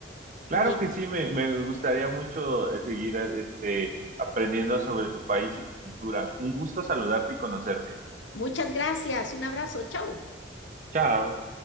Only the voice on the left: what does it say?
Me-
muchas gracias, un abrazo, chao.